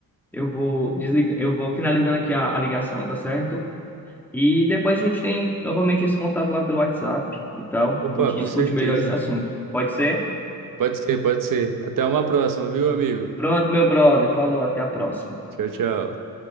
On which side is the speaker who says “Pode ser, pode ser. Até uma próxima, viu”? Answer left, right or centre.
Right